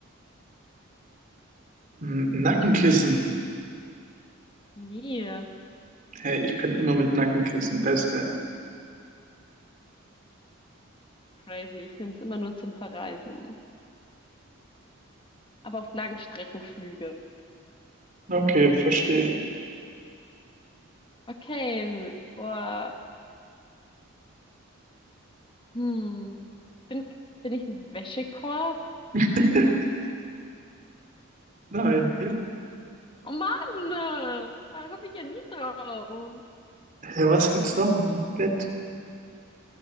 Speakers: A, on the right; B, on the left.
A: Hm, Nackenkissen.
B: Nee,
A: Hey, ich bin immer mit Nackenkissen. Beste.
B: crazy. Ich nehme es immer nur zum Verreisen. Aber auf Langstreckenflüge.
A: Okay, verstehe.
B: Okay, boah. Hm. Ich bin, bin ich ein Wäschekorb?
A: <laughs> Nein.
B: Oh Mann, äh, da komme ich ja nie drauf.
A: Hey, was gibt's noch im Bett?